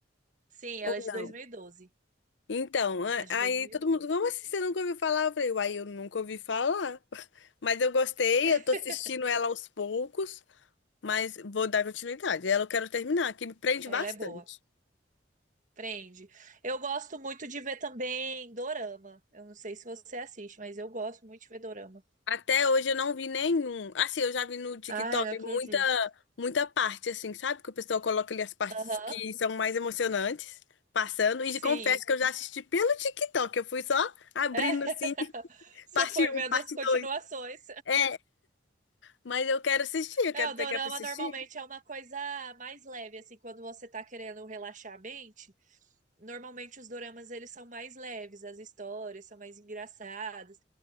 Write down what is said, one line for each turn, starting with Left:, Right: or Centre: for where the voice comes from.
Right: Sim, ela
Left: Ou
Right: é de
Left: não?
Right: 2012.
Left: Então, a-
Right: Ela é de
Left: aí
Right: dois mil
Left: todo
Right: e doze.
Left: mundo, como assim você nunca ouviu falar? Eu falei, uai, eu nunca ouvi falar. <laughs> Mas eu gostei,
Right: <laughs>
Left: eu tô assistindo ela aos poucos, mas vou dar continuidade. Ela eu quero terminar, que me prende
Right: Ela
Left: bastante.
Right: é boa. Prende. Eu gosto muito de ver também dorama. Eu não sei se você assiste, mas eu gosto muito de ver dorama.
Left: Até hoje eu não vi nenhum. Assim, eu já vi no TikTok
Right: Ai, não acredito.
Left: muita, muita parte, assim, sabe? Que o pessoal coloca ali as partes
Right: Aham,
Left: que são mais emocionantes, passando.
Right: sim.
Left: E confesso que eu já assisti pelo TikTok. Eu fui só abrindo,
Right: É. <laughs>
Left: assim, <laughs>
Right: Você
Left: parte
Right: foi vendo
Left: um, parte
Right: as continuações.
Left: 2. É, mas eu quero assistir, eu
Right: É,
Left: quero
Right: o
Left: pegar
Right: dorama
Left: pra assistir.
Right: normalmente é uma coisa mais leve, assim, quando você tá querendo relaxar a mente. Normalmente os doramas eles são mais leves, as histórias são mais engraçadas.